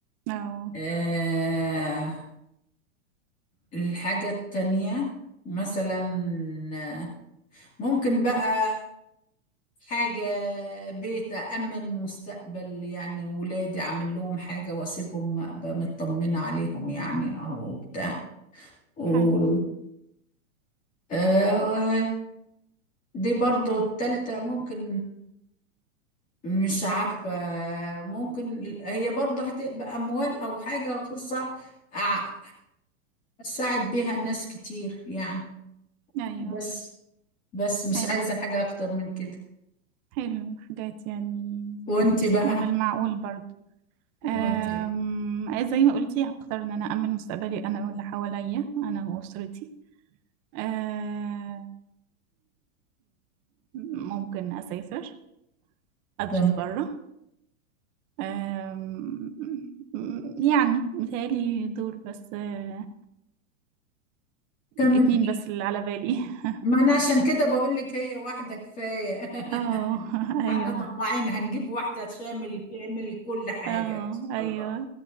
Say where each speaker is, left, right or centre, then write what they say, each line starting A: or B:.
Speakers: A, on the right (about 20°); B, on the left (about 20°).
A: اه
B: آه الحاجة التانية مثلا آه، ممكن بقى حاجة بيت أأمن مستقبل يعني ولادي أعمل لهم حاجة وأسيبهم أبقى مطمنة عليهم يعني أو بتاع و
A: حلو
B: آه دي برضو التالتة ممكن مش عارفة ممكن هي برضه هتبقى أموال أو حاجة فرصة أع- أساعد بيها ناس كتير يعني
A: أيوه
B: بس بس مش
A: حلو
B: عايزة حاجة أكتر من كده
A: حلو حاجات يعني
B: وأنت بقى
A: بالمعقول برضه
B: وأنت
A: أم، زي ما قلتي هختار ان انا امن مستقبلي انا واللي حواليا انا واسرتي أم، ممكن اسافر ادرس
B: تمام
A: بره أم، يعني متهيألي دول بس أه،
B: تمام
A: اتنين بس اللي على بالي <laughs>
B: ما أنا عشان كده بقول لك هي واحدة كفاية <laughs>
A: اه ايوه
B: احنا طماعين هنجيب واحدة شامل تعمل كل حاجة
A: اه
B: إن شاء
A: ايوه
B: الله